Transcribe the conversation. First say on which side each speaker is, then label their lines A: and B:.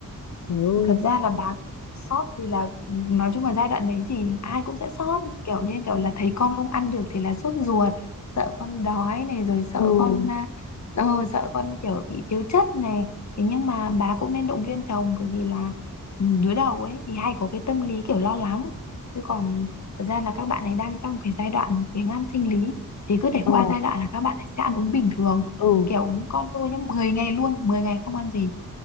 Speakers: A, on the left; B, on the left.
A: trời ơi
B: thật ra là bà sót thì là nói chung là giai đoạn đấy thì ai cũng sẽ sót kiểu như kiểu là thấy con không ăn được thì là sốt ruột sợ con đói này rồi sợ
A: ừ
B: con à, ờ, sợ con kiểu bị thiếu chất này thế nhưng mà bà cũng nên động viên chồng bởi vì là ừ, đứa đầu ấy thì hay có cái tâm lý kiểu lo lắng chứ còn thật ra là các bạn ấy đang trong cái giai đoạn biếng ăn sinh lý thì cứ để
A: ờ
B: qua giai đoạn là các bạn ấy sẽ ăn uống bình thường
A: ừ
B: kiểu con tôi nhá 10 ngày luôn 10 ngày không ăn gì